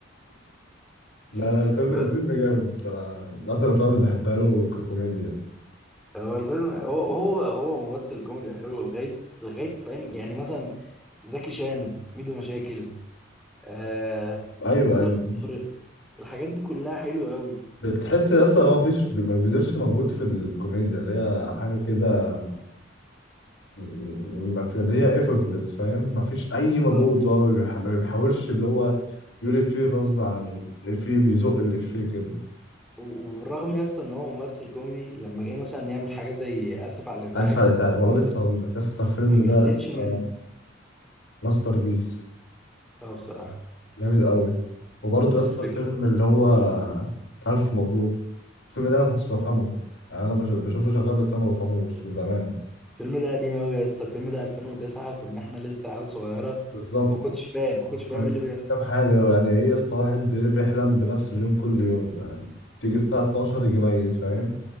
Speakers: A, on the left; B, in the centre.
A: لا لا
B: <laughs>
A: الفيلم
B: بس
A: الفيلم جامد الصراحة من أكتر الأفلام اللي بحبها له ككوميديا
B: هو الفيلم هو هو هو ممثل كوميدي حلو لغايه لغايه فاهم يعني مثلا زكي شان ميدو مشاكل آه
A: أيوه
B: ظرف
A: أيوه
B: طارق الحاجات دي كلها حلوه قوي
A: بتحس أصلا هو مفيش ما بيبذلش مجهود في الكوميديا اللي هي حاجة كده م- ما في اللي هي effortless فاهم مفيش أي
B: بالظبط
A: مجهود اللي هو بيح- ما بيحاولش اللي هو يقول إفيه غصب عن إفيه بيزق الإفيه كده
B: و- وبالرغم يا اسطى ان هو ممثل كوميدي لما جه مثلا يعمل حاجه زي اسف على الازعاج
A: عايز فرق تعب والله لسه هقول لك يا اسطى الفيلم
B: ما جلتش
A: ده يا اسطى
B: منه
A: ماستر بيس
B: اه بصراحه
A: جامد قوي وبرضه يا اسطى
B: الفكره
A: الفيلم اللي هو ألف مبروك الفيلم ده أنا ما كنتش بفهمه يعني أنا بش- بشوفه شغال بس أنا ما بفهموش من زمان
B: الفيلم ده قديم أوي يا اسطى الفيلم ده 2009 كنا احنا لسه عيال صغيرة
A: بالظبط
B: فما كنتش فاهم ما كنتش فاهم
A: أنا مش
B: ايه اللي بيحصل
A: مش فاهم حاجة يعني إيه يا اسطى واحد بي- بيحلم بنفس اليوم كل يوم يعني تيجي الساعة 12 يجي ميت فاهم